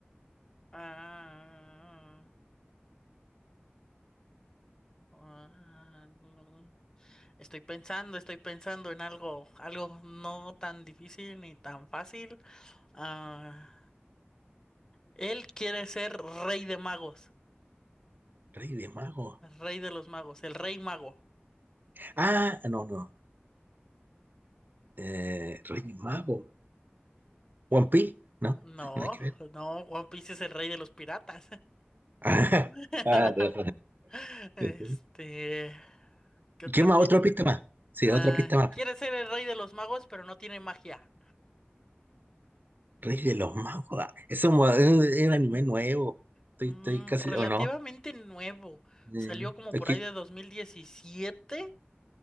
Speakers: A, on the left; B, on the right.
A: Ah, ah, mm, estoy pensando, estoy pensando en algo, algo no tan difícil ni tan fácil. Ah, Él quiere ser rey de magos,
B: Rey de Mago.
A: rey de los magos, el rey mago.
B: Ah, no, no. Eh, Rey Mago. One Piece, ¿no?
A: No,
B: <laughs> Nada que ver.
A: no, One Piece es el rey de los piratas.
B: <laughs>
A: <laughs>
B: Ah, ah, no,
A: Este,
B: no. <laughs>
A: ¿qué
B: ¿Y
A: otra
B: ¿Qué más?
A: pista?
B: ¿Otra pista más? Sí,
A: Ah,
B: otra pista más.
A: quiere ser el rey de los magos, pero no tiene magia.
B: Rey de los Magos. ah, Eso mo- es un anime nuevo. Estoy,
A: Mm,
B: estoy casi.
A: relativamente
B: ¿O no?
A: nuevo.
B: Eh,
A: Salió como
B: aquí,
A: por ahí de 2017